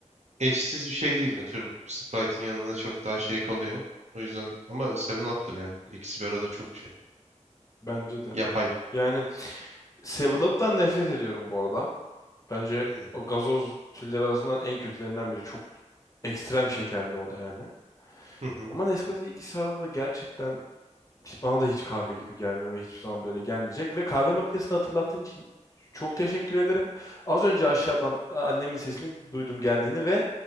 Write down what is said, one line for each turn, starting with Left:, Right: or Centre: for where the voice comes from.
Right: eşsiz bir şey değil. Atıyorum Sprite'ın yanında çok daha şey kalıyor. O yüzden ama Seven Up'tır yani. İkisi bir arada çok şey.
Left: Bence de.
Right: Yapay.
Left: Yani 7-Up'tan nefret ediyorum bu arada. Bence
Right: Hı
Left: o gazoz türleri arasından en kötülerinden biri. Çok ekstrem şekerli o da yani.
Right: hı. hı.
Left: Ama Nescafe ikisi arada da gerçekten Hiç- Bana da hiç kahve gibi gelmiyor ve hiçbir zaman böyle gelmeyecek. Ve kahve makinesini hatırlattığın için çok teşekkür ederim. Az önce aşağıdan annemin sesini duydum geldiğini ve